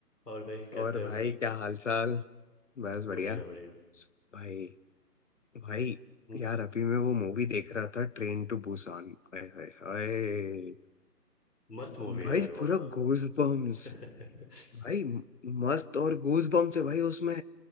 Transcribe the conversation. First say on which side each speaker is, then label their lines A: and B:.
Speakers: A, on the left; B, on the left.
A: और भाई कैसे
B: और भाई
A: हो
B: क्या हाल चाल बस बढ़िया
A: बढ़िया बढ़िया
B: भाई भाई
A: मु-
B: यार अभी मैं वो मूवी देख रहा था ट्रेन टू बुसान हाय हाय हाय
A: मस्त मूवी
B: भाई
A: है यार
B: पूरा
A: वो तो
B: गूज बम्स
A: <laughs>
B: भाई म- मस्त और गूज बम्स है भाई उसमें